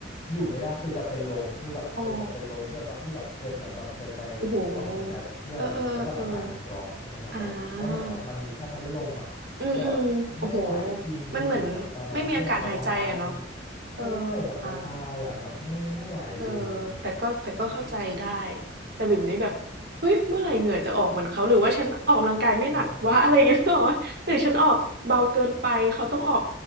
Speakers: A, on the left; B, on the right.
A: อยู่ไม่ได้คือจะเป็นลมคือแบบเคยจะเป็นลมด้วยตอนที่แบบเคยเหมือนแบบเคยไป
B: ๆอ๋อโอ้โฮ
A: ออกกำลังกายกับเพื่อนอะไรเงี้ยแล้วแบบอากาศมันร้อนใช่ไหมครับแบบแล้วเหมือนแบบมันมีแค่พัดลมอ่ะแล้วแบบไม่ไหวจริงคุณบิ๋มแบบตอนนั้นคือแบบจะตาย
B: เออๆๆๆอาอืมๆโอ้โฮมันเหมือนไม่มีอากาศหายใจอะเนาะเออ
A: ใช่ใช่แบบจะตายอ่ะแบบไม่ไม่ไหวเลยอะไรอย่างเงี้ยอืม
B: อา เออแต่ก็แต่ก็เข้าใจได้แต่บิ่มนี่แบบเฮ้ยเมื่อไหร่เหงื่อจะออกเหมือนเขาหรือว่าฉันออกกำลังกายไม่หนักวะ
A: เออเออ
B: <laughs> อะไรอย่างเงี้ยนึกออกเปล่าหรือฉันออกเบาเกินไปเขาต้องออก